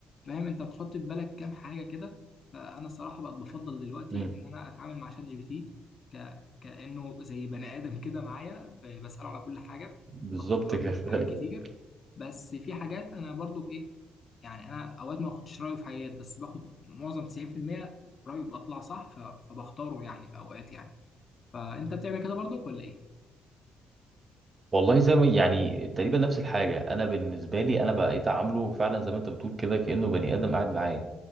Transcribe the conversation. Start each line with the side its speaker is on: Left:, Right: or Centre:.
Left: فاهم انت بتحط في بالك كام حاجه كده فانا الصراحه بقت بفضل دلوقتي
Right: مم.
Left: ان انا اتعامل مع شات جي بي تي ك... كانه زي بني ادم كده معايا ب... بساله على كل حاجه
Right: بالظبط
Left: باخد رايه
Right: كده <laughs>
Left: في حاجات كتير بس في حاجات انا برضو ايه يعني انا اوقات ما باخدش رايه في حاجات بس باخد معظم 90% رايه بطلع صح ف... فبختاره يعني في اوقات يعني فانت بتعمل كده برضو ولا ايه؟
Right: والله زي ما يعني تقريبا نفس الحاجة أنا بالنسبة لي أنا بقيت أعامله فعلا زي ما أنت بتقول كده كأنه بني آدم قاعد معايا